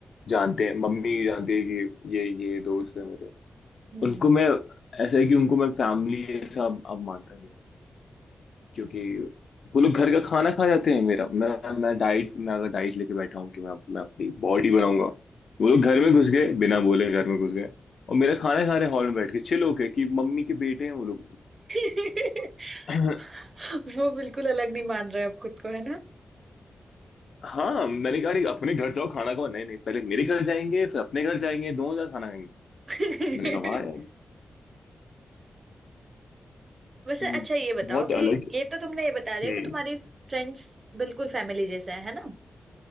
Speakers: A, on the left; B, on the right.
A: जानते हैं मम्मी जानती है कि ये ये दोस्त है मेरे
B: हम्म
A: उनको मैं ऐसा है कि उनको मैं फैमिली ऐसा अब, अब मानता नहीं हूँ क्योंकि वो लोग घर का खाना खा जाते हैं मेरा मैं मैं डाइट मैं अगर डाइट लेके बैठा हूँ कि मैं मैं अपनी बॉडी बनाऊंगा वो लोग घर में घुस गए बिना बोले घर में घुस गए और मेरा खाना खा रहे हॉल में बैठ के चिल होके कि मम्मी के बेटे हैं वो लोग
B: <laughs>
A: <clears throat>
B: <laughs> वो बिल्कुल अलग नहीं मान रहे अब खुद को है ना
A: हाँ मैंने कहा अरे अपने घर जाओ खाना खाओ नहीं नहीं पहले मेरे घर जाएंगे फिर अपने घर जाएंगे दोनों जगह खाना खाएंगे
B: <laughs>
A: मैंने कहा वाह यार
B: वैसे
A: ए,
B: अच्छा ये बताओ
A: बहुत अलग
B: कि ये तो तुमने ये बता दिया
A: हम्म
B: कि तुम्हारी फ्रेंड्स बिल्कुल फैमिली जैसे हैं है ना